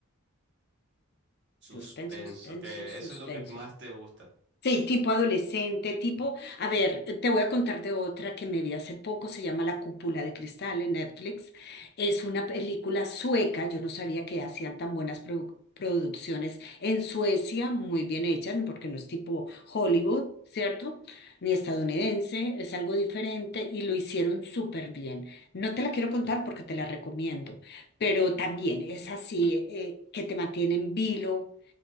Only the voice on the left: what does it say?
suspenso, suspenso,
suspenso.
Sí, tipo adolescente, tipo, a ver, te voy a contar de otra que me vi hace poco, se llama La Cúpula de Cristal en Netflix. Es una película sueca, yo no sabía que hacían tan buenas produ- producciones en Suecia, muy bien hechas, porque no es tipo Hollywood, ¿cierto? Ni estadounidense, es algo diferente y lo hicieron súper bien. No te la quiero contar porque te la recomiendo, pero también es así, eh, que te mantiene en vilo